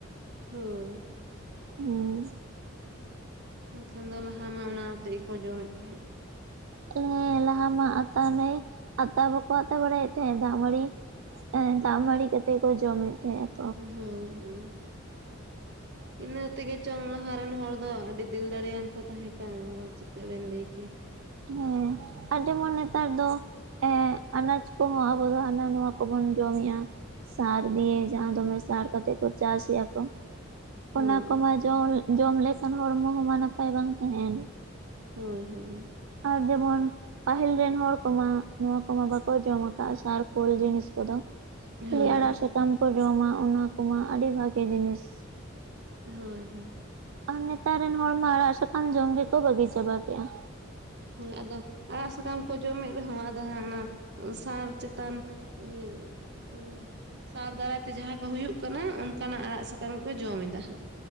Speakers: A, on the right; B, on the right.
A: ᱦᱳᱭ᱾
B: ᱦᱮᱸ᱾
A: ᱮᱱᱠᱷᱟᱱ ᱫᱚ ᱞᱟᱦᱟ ᱢᱟ ᱚᱱᱟᱣ ᱟᱛᱮ ᱜᱮᱠᱚ ᱡᱚᱢᱮᱫ ᱛᱟᱦᱮᱸᱫ᱾
B: ᱦᱮᱸ ᱞᱟᱦᱟ ᱢᱟ ᱟᱛᱟ ᱱᱟᱹᱭ, ᱟᱛᱟ ᱵᱟᱠᱚ ᱟᱛᱟ ᱵᱟᱲᱟᱭᱮᱫ ᱛᱟᱦᱮᱸᱫ, ᱫᱟᱜ ᱢᱟᱹᱲᱤ ᱮ ᱫᱟᱜ ᱢᱟᱹᱲᱤ ᱠᱟᱛᱮᱜ ᱠᱚ ᱡᱚᱢᱮᱫ ᱛᱟᱦᱮᱸᱫ
A: ᱦᱩᱸᱻ ᱾
B: <inaudible>
A: ᱤᱱᱟᱹ ᱛᱮᱜᱮ ᱪᱚᱝ ᱞᱟᱦᱟ ᱨᱮᱱ ᱦᱚᱲ ᱫᱚ ᱟᱹᱰᱤ ᱫᱤᱞ ᱫᱟᱲᱮᱭᱟᱱ ᱠᱚ ᱛᱟᱦᱮᱸ ᱠᱟᱱ, ᱵᱟᱵᱟ ᱪᱤᱠᱟᱹ ᱵᱮᱱ ᱞᱟᱹᱭ ᱠᱮᱭᱟ?
B: ᱦᱮᱸ ᱟᱨ ᱡᱮᱢᱚᱱ ᱱᱮᱛᱟᱨ ᱫᱚ ᱮ ᱟᱱᱟᱡᱽ ᱠᱚᱦᱚᱸ ᱟᱵᱚ ᱫᱚ ᱦᱟᱱᱟ ᱱᱚᱣᱟ ᱠᱚ ᱵᱚᱱ ᱡᱚᱢᱮᱜᱼᱟ᱾ ᱥᱟᱨ ᱫᱤᱭᱮ ᱡᱟᱦᱟᱸ ᱫᱚ ᱢᱮᱥᱟ ᱠᱟᱛᱮᱜ ᱠᱚ ᱪᱟᱥ ᱮᱼᱟᱠᱚ᱾
A: ᱦᱳᱭ
B: ᱚᱱᱟ ᱠᱚᱢᱟ ᱡᱚᱢ, ᱡᱚᱢ ᱞᱮᱠᱷᱟᱱ ᱦᱚᱲᱢᱚ ᱦᱚᱸᱢᱟ ᱱᱟᱯᱟᱭ ᱵᱟᱝ ᱛᱟᱦᱮᱱ᱾
A: ᱦᱳᱭ ᱦᱳᱭ᱾
B: ᱟᱨ ᱡᱮᱢᱚᱱ ᱯᱟᱹᱦᱤᱞ ᱨᱮᱱ ᱦᱚᱲ ᱠᱚᱢᱟ ᱱᱚᱣᱟ ᱠᱚᱢᱟ ᱵᱟᱠᱚ ᱡᱚᱢ ᱟᱠᱟᱜ-ᱟ ᱥᱟᱨ ᱠᱳᱞ ᱡᱤᱱᱤᱥ ᱠᱚᱫᱚ᱾ ᱠᱷᱟᱹᱞᱤ
A: ᱦᱳᱭ
B: ᱟᱲᱟᱜ ᱥᱟᱠᱟᱢ ᱠᱚ ᱡᱚᱢᱟ ᱚᱱᱟ ᱠᱚᱢᱟ ᱟᱹᱰᱤ ᱵᱷᱟᱜᱮ ᱡᱤᱱᱤᱥ᱾
A: ᱦᱳᱭ ᱦᱳᱭ᱾
B: ᱟᱨ ᱱᱮᱛᱟᱨ ᱨᱮᱱ ᱦᱚᱲᱢᱟ ᱟᱲᱟᱜ ᱥᱟᱠᱟᱢ ᱡᱚᱢ ᱜᱮᱠᱚ ᱵᱟᱹᱜᱤ ᱪᱟᱵᱟ ᱠᱮᱜᱼᱟ᱾
A: ᱦᱳᱭ ᱟᱫᱚ, ᱟᱲᱟᱜ ᱥᱟᱠᱟᱢ ᱠᱚ ᱡᱚᱢᱮᱜ ᱨᱮᱦᱚᱸ ᱟᱫᱚ ᱦᱟᱸᱜ ᱚᱱᱟ ᱥᱟᱨ ᱪᱮᱛᱟᱱ ᱤᱭᱟᱹ ᱩᱸ ᱥᱟᱨ ᱫᱟᱨᱟᱭ ᱛᱮ ᱡᱟᱦᱟᱸ ᱠᱚ ᱦᱩᱭᱩᱜ ᱠᱟᱱᱟ, ᱚᱱᱠᱟᱱᱟᱜ ᱟᱲᱟᱜ ᱥᱟᱠᱟᱢ ᱜᱮ ᱠᱚ ᱡᱚᱢ ᱮᱫᱟ ᱦᱟᱸᱜ